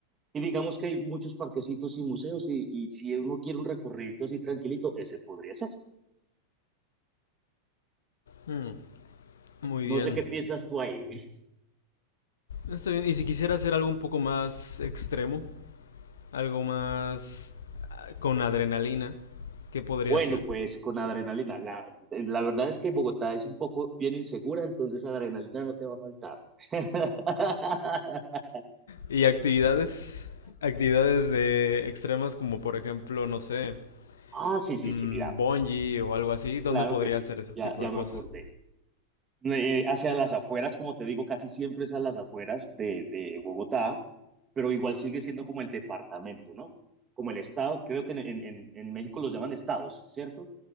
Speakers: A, on the right (about 20°); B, on the left (about 65°).
A: y digamos que hay muchos parquecitos y museos, y, y si uno quiere un recorrido así tranquilito, ese podría ser.
B: Mm, muy
A: No
B: bien.
A: sé qué piensas tú ahí. <laughs>
B: Está bien. Y si quisiera hacer algo un poco más extremo, algo más ah, con adrenalina, ¿qué podría
A: Bueno,
B: hacer?
A: pues con adrenalina. La, la verdad es que Bogotá es un poco bien insegura, entonces adrenalina no te va a faltar. <laughs>
B: Y actividades, actividades de extremas como por ejemplo, no sé,
A: Ah, sí,
B: mm,
A: sí, sí, mira,
B: bungee o algo así, ¿dónde
A: claro
B: podría
A: que sí,
B: hacer ese
A: ya,
B: tipo
A: ya
B: de cosas?
A: me acordé. eh, hacia las afueras, como te digo, casi siempre es a las afueras de, de Bogotá, pero igual sigue siendo como el departamento, ¿no? Como el estado, creo que en, en- en- en México los llaman estados, ¿cierto?